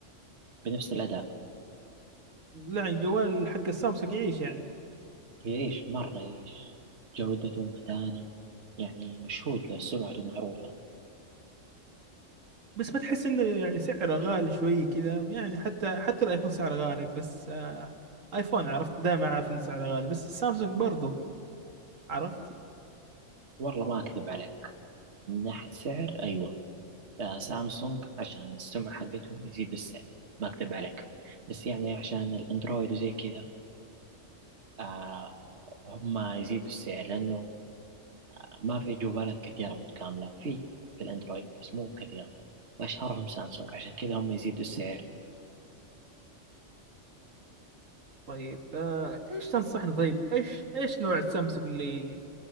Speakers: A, on the right; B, on the right.
A: بنفس الأداء
B: لا يعني جوال حق السامسونج يعيش يعني
A: يعيش مرة يعيش جودته متانة يعني مشهود له سمعته معروفة
B: بس ما تحس انه يعني سعره غالي شوي كذا يعني حتى حتى الايفون سعره غالي بس آه ايفون عرفت دائما اعرف انه سعره غالي بس السامسونج برضو عرفت
A: والله ما أكذب عليك من ناحية سعر أيوة آه، سامسونج عشان السمعة حقتهم يزيدوا السعر ما أكذب عليك بس يعني عشان الأندرويد وزي كذا آه هم يزيدوا السعر لأنه آه ما في جوالات كثيرة متكاملة في في الأندرويد بس مو كثيرة وأشهرهم سامسونج عشان كذا هم يزيدوا السعر
B: طيب آه ايش تنصحني طيب ايش ايش نوع السامسونج اللي